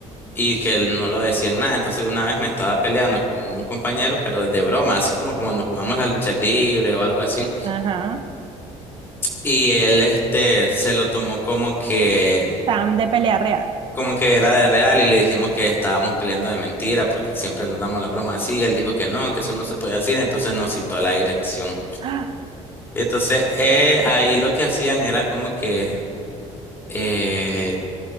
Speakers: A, on the left; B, on the right.
A: y que él no lo decían nada. Entonces, una vez me estaba peleando con un compañero, pero de broma, así como cuando jugamos la lucha libre o algo así.
B: Ajá.
A: Y él este se lo tomó como que
B: Sam de pelea real.
A: como que era de real y le dijimos que estábamos peleando de mentira porque siempre nos damos la broma así. Él dijo que no, que eso no se podía decir, entonces nos citó a la dirección.
B: ¡Ah!
A: Entonces eh, ahí lo que hacían era como que eh,